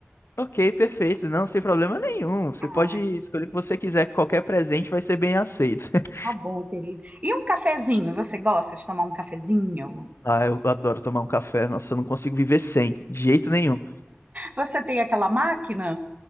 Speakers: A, on the left (about 70°); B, on the right (about 35°).
A: Ok, perfeito. Não, sem problema nenhum. Você
B: Ai,
A: pode escolher o que você quiser, que qualquer presente vai ser bem aceito. <laughs>
B: tá bom, querida. E um cafezinho, você gosta de tomar um cafezinho?
A: Ah, eu adoro tomar um café. Nossa, eu não consigo viver sem, de jeito nenhum.
B: Você tem aquela máquina?